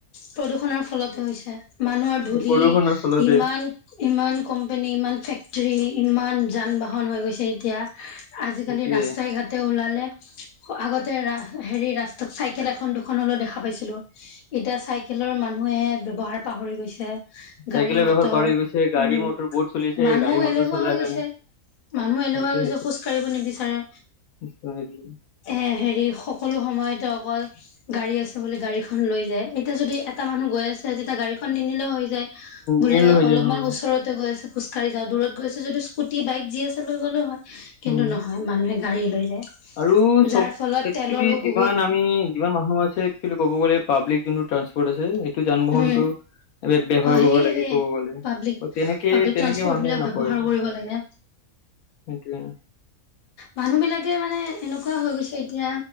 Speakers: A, on the left; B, on the left.
A: প্ৰদূৰষণৰ ফলতে হৈছে মানুহৰ ধূলি
B: এই প্ৰদূষণৰ ফলতে
A: ইমান ইমান কোম্পানী ইমান ফেক্টৰী ইমান যান বাহন হৈ গৈছে এতিয়া আজিকালি
B: সেইটোয়ে
A: ৰাস্তাই ঘাটে ওলালে আগতে ৰা হেৰি ৰাস্তাত চাইকেল এখন দুখ দুখন হ'লেও দেখা পাইছিলো এতিয়া চাইকেলৰ মানুহে ব্যৱহাৰ পাহৰি গৈছে।
B: চাইকেলৰ
A: গাড়ী মটৰ
B: বেহৰ পাৰ হৈ গৈছে গাড়ী
A: উম
B: মটৰ বহুত চলিছে
A: মানুহো
B: গাড়ী মটৰ
A: এলেহুৱা
B: চলাৰ
A: হৈ গৈছে।
B: কাৰণে
A: মানুহ এনেকুৱা
B: সেইটোয়ে
A: হৈ গৈছে খোজ কাঢ়িব নিবিচাৰে
B: সেইটোয়ে
A: এ হেৰি সকলো সময়তে অকল গাড়ী আছে বুলি গাড়ীখন লৈ যায় এতিয়া যদি এটা মানুহ গৈ আছে যেতিয়া গাড়ীখন নিনিলেও হৈ যায়। বোলে
B: নেল হৈ
A: অলপমান
B: যায় উম,
A: ওচৰতে গৈ আছো খোজ কাঢ়ি যাওঁ দূৰত গৈছে যদি স্কুটি বাইক যি আছে লৈ গ'লেও হয় কিন্তু
B: উম,
A: নহয় মানুহে গাড়ী লৈ যায়।
B: আৰু চব
A: যাৰ ফলত
B: একচলি
A: তেলৰো
B: যিমান
A: বহুত
B: আমি যিমান মানুহ একচলি কব গলে পাব্লিক যোনটো ট্ৰান্সপ'ৰ্ট আছে এইটো যান বাহনটো
A: উম
B: এই ব্যৱহাৰ
A: অ সেয়েহে
B: কৰিব লাগে ক'ব গলে
A: পাব্লিক
B: তেনেকে
A: পাব্লিক
B: তেনেকে
A: ট্ৰান্সপৰ্ট
B: মানুহে
A: বিলাক ব্যৱহাৰ
B: নকৰে। সেইটোৱে
A: কৰিব লাগে
B: আ।
A: মানুহ বিলাকে মানে এনেকুৱা হৈ গৈছে এতিয়া